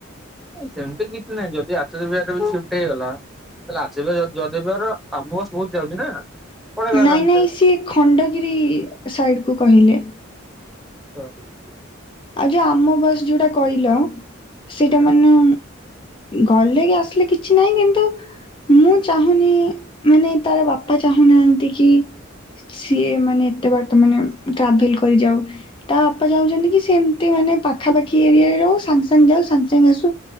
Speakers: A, in the centre; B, on the left.
A: ନସେମିତି କିଛି ନାହିଁ ଯଦିଆଚାର୍ଯ୍ୟ ବିହାରରେ ବି ସିଫ୍ଟ ହେଇଗଲା। ତାଲେ ଆସିବେ ଜଦେବର ଆମ ବସ ବହୁତ ଯାଉଛି ନା। ପଳେଇବା
B: ନାଇଁ
A: ଆରାମସେ।
B: ନାଇଁ ସିଏ ଖଣ୍ଡଗିରି ସାଇଡ କୁ କହିଲେ।
A: ଆଛା।
B: ଆଉ ଯୋଉ ଆମ ବାସ ଯୋଉଟା କହିଲ
A: ଆଜ୍ଞା
B: ସେଇଟା ମାନେ ଗଲେ କି ଆସିଲେ କିଛି ନାହିଁ କିନ୍ତୁ ମୁଁ ଚାହୁଁନି ମାନେ ତାର ବାପା ଚାହୁଁନାହାନ୍ତି କି ସିଏ ମାନେ ଏତେ ବାର ମାନେ ଟ୍ରାଭେଲ କରି ଯାଉ ତା ବାପା ଯାଉଛନ୍ତି କି ସେମିତି ମାନେ ପାଖାପାଖି ଏରିଆରେ ରହୁ ସାଙ୍ଗେ ସାଙ୍ଗେ ଯାଉ ସାଙ୍ଗେ ସାଙ୍ଗେ ଆସୁ।